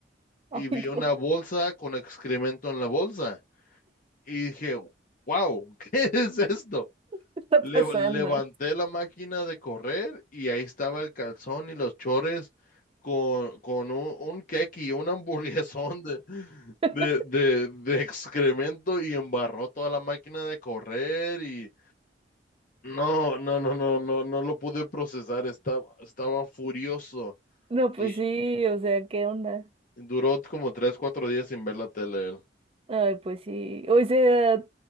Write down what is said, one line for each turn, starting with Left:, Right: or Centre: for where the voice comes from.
Right: Ay,
Left: Y vi una
Right: no,
Left: bolsa
Right: <laughs>
Left: con excremento en la bolsa. Y dije, wow, <laughs> ¿qué es esto?
Right: ¿qué está
Left: Le-
Right: pasando?
Left: levanté la máquina de correr y ahí estaba el calzón y los chores con, con un, un keki, un hamburguesón de,
Right: <laughs>
Left: de, de, de excremento y embarró toda la máquina de correr y no, no, no, no, no, no lo pude procesar, estaba, estaba furioso
Right: No, pues
Left: y
Right: sí, o sea, ¿qué onda?
Left: duró como tres, cuatro días sin ver la tele. él.
Right: Ay, pues sí. O sea,